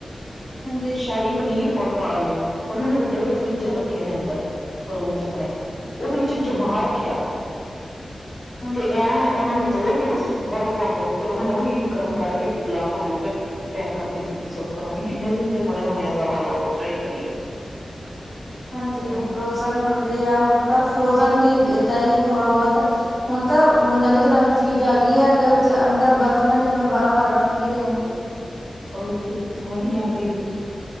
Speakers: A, on the left (about 30°); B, on the left (about 55°).
A: ਹਾਂਜੀ।
B: ਸ਼ਾਹੀ, ਪਨੀਰ ਔਰ ਦਾਲ ਉਹਨਾਂ ਨੇ ਵੱਡੇ-ਵੱਡੇ ਫਰਿਜਰ ਰੱਖੇ ਨੇ ਅੰਦਰ ਰੂਮ ਚ ਆਪਣੇ ਉਹਦੇ ਵਿੱਚ ਜਮਾ ਰੱਖਿਆ,
A: ਹਾਂਜੀ।
B: ਤੇ ਐਂ ਉਹਨਾਂ ਨੇ ਤੋੜ ਕੇ ਨਾ ਬਰਫ਼ ਵਾਂਗੂ, ਤੇ ਉਹਨਾਂ ਨੇ ਉਹੀ ਗਰਮ ਕਰਕੇ ਪਿਗਲਾ-ਪਗਲੂ ਕੇ। ਪੈਕ ਕਰਕੇ ਦਿੱਤੀ ਸੀ। ਪਤਾ ਨੀ ਕਿੰਨੇ ਦਿਨ ਦੇ ਬਣੇ ਹੋਣੇ ਦਾਲ ਔਰ ਸ਼ਾਹੀ ਪਨੀਰ।
A: <inaudible> ਹਾਂਜੀ,
B: ਹਨਾ
A: ਫਰੋਜਨ ਹੁੰਦੇ ਆ। ਹੁਣ ਤਾਂ ਫਰੋਜਨ ਵੀ ਏਦਾਂ ਹੀ ਥੋੜ੍ਹਾ-ਬਹੁਤ। ਹੁਣ ਤਾਂ ਨਵੀਂ ਤੋਂ ਨਵੀਂ ਚੀਜ਼ ਆ ਗਈ ਆ ਕਿ ਅੰਦਰ ਬਰਫ਼ ਨਾ ਜਮੇ, ਬਾਹਾਰੋਂ ਵਾਰ ਉੱਹ ਠੰਡੀ ਹੀ ਰਹਿੰਦੀ।
B: ਉਹੀ ਤੇ ਸਮਝ ਨੀ ਆਂਦੀ।